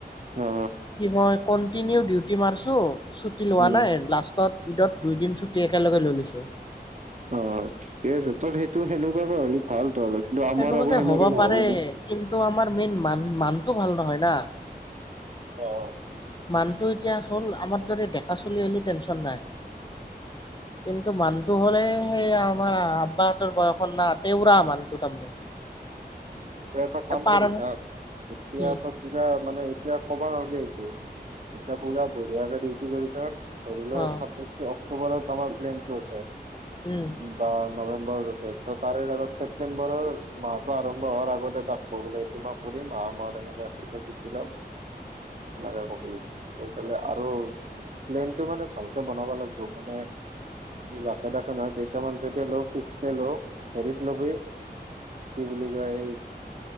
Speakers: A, on the right; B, on the left.
A: অ
B: কি মই কনটিনিও ডিউটিত মাৰছো ছুটি লোৱা
A: উম
B: নাই, লাষ্টত ঈদত দুইদিন চুটি একেলগে লৈ লৈছো।
A: অ ঠিকে আছে, তই সেইটো সেনেকুৱাকে হ'লে ভাল। কিন্তু, আমাৰ
B: সেনেকুৱাকে
A: আকৌ সেনেকে
B: হ'ব
A: নহব
B: পাৰে
A: না
B: কিন্তু আমাৰ মেইন মানুহ-মানুহটো ভাল নহয় না।
A: অ
B: মানুহটো এতিয়া হ'ল আমাৰ দৰে ডেকা চলি হ'লে টেনচন নাই, কিন্তু মানুহটো হ'লে সেই আমাৰ আব্বাহঁতৰ বয়সৰ না তেওৰা মানুহটো তাৰমানে
A: তই এটা
B: এতিয়া
A: কাম
B: পাৰ
A: কৰি থাক, এতিয়া
B: কি
A: ত কিবা মানে এতিয়া অকমান সেইটো এতিয়া পুৰা বঢ়িয়া কে ডিউটি কৰি থাক, কৰি লও,
B: অ
A: <unintelligible> অক্টোবৰত আমাৰ প্লেনটো আছে।
B: উম
A: বা নৱেম্বৰত আছে, ত তাৰে আগত ছেপটেম্বৰৰ মাহতটো আৰম্ভ হোৱাৰ আগত আগতে তাক কব লাগিব, এইটো মই কৰিম, আহাৰ মাহত যেনেকে সেইটো চুটি লম, এনেকে কবি পেলাই আৰু প্লেনটো মানে ভালকে বনাব লাগিব। মানে জাকে-তাকে নহয় কেইটামান চট ল, ফিক্সকে ল হেৰিক ল'বি কি বুলি কয়